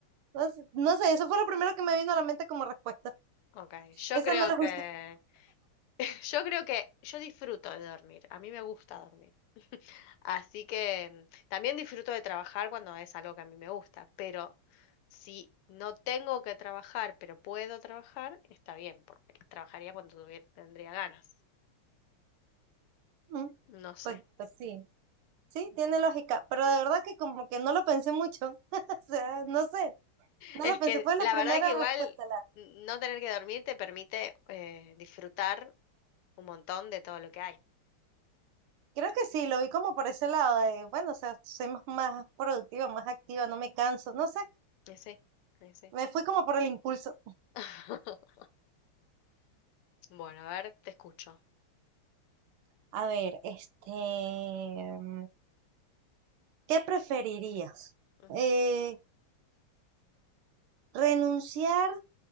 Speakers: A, on the right; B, on the left.
A: no sé, no sé, eso fue lo primero que me vino a la mente como respuesta.
B: Ok, yo
A: Esa
B: creo
A: no la
B: que,
A: justifico.
B: <laughs> yo creo que yo disfruto de dormir. A mí me gusta dormir. Así que mm, también disfruto de trabajar cuando es algo que a mí me gusta, pero si no tengo que trabajar, pero puedo trabajar, está bien, porque trabajaría cuando tuvie- tendría ganas.
A: Mm,
B: No
A: Pues,
B: sé.
A: pues sí, sí, tiene lógica, pero de verdad que como que no lo pensé mucho, <laughs> o sea, no sé, no
B: Es
A: lo pensé,
B: que
A: fue la
B: la
A: primera
B: verdad que igual
A: respuesta, la,
B: mm, no tener que dormir te permite eh, disfrutar un montón de todo lo que hay.
A: creo que sí, lo vi como por ese lado de, bueno, o sea, soy más, más productiva, más activa, no me canso, no sé,
B: Eh, Sí, eh, sí.
A: me fui como por el impulso.
B: <laughs> Bueno, a ver, te escucho.
A: A ver, este, mm, ¿qué preferirías?
B: Ujú,
A: Eh, ¿renunciar?